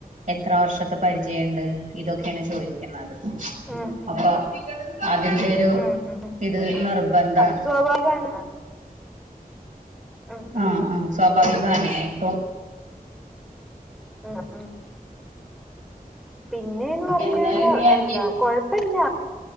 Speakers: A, on the right (about 55°); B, in the centre.
A: എത്ര വർഷത്തെ പരിചയണ്ട് ഇതൊക്കേണ് ചോയിക്ക്ണത്
B: അങ്ങനെയൊക്കെ
A: അപ്പൊ അതിന്റെ ഒരു
B: ഉം ഉം ഉം
A: ഇത് നിർബന്ധാണ്
B: അത് സ്വാഭാവികാണ് ഉം ഉം
A: ആഹ്
B: ഉം
A: ആഹ് സ്വാഭാവികാണേ ഇപ്പം
B: ആഹ് ആഹ് പിന്നെന്ന് പറഞ്ഞു
A: എന്തായാലും
B: കഴിഞ്ഞാൽ
A: ഞാൻ
B: എന്താ കുഴപ്പല്ല